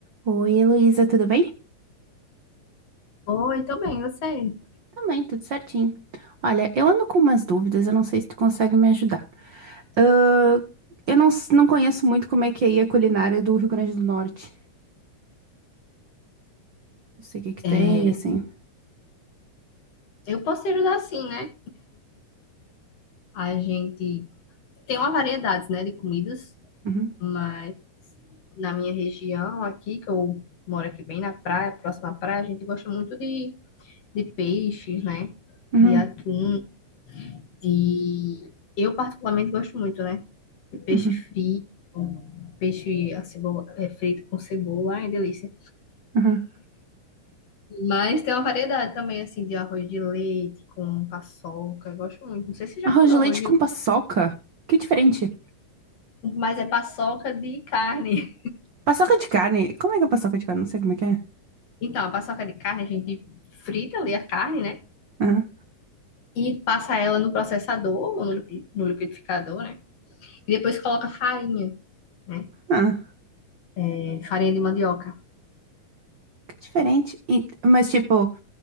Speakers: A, on the right (about 65°); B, on the left (about 55°).
A: Oi, Heloísa, tudo bem?
B: Oi, tô bem, você?
A: Também, tudo certinho. Olha, eu ando com umas dúvidas, eu não sei se tu consegue me ajudar. Ah, eu não, s- não conheço muito como é que é aí a culinária do Rio Grande do Norte. Não sei o que que tem,
B: É,
A: assim.
B: eu posso te ajudar sim, né? A gente tem uma variedade, né, de comidas,
A: Uhum,
B: mas na minha região aqui, que eu moro aqui bem na praia, próxima à praia, a gente gosta muito de, de peixes, né?
A: uhum,
B: De atum, de... Eu particularmente gosto muito, né? De peixe
A: uhum,
B: frito, peixe a cebola, é, frito com cebola, ai, delícia.
A: uhum.
B: Mas tem uma variedade também, assim, de arroz de leite com paçoca, eu gosto muito. Não sei se você já
A: Arroz
B: comeu
A: de leite
B: arroz de
A: com
B: leite.
A: paçoca? Que diferente.
B: Mas é paçoca de carne.
A: Paçoca de carne? Como é que é paçoca de carne? Não sei como é que é.
B: Então, a paçoca de carne, a gente frita ali a carne, né?
A: Aham,
B: E passa ela no processador, ou no liqui- no liquidificador, né? E depois coloca farinha, né?
A: ah,
B: É, farinha de mandioca.
A: que diferente. E- mas, tipo,